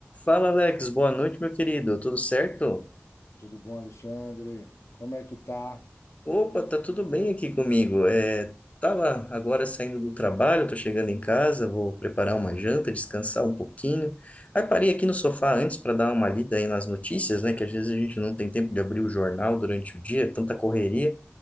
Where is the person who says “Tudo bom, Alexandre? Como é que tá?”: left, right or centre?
Left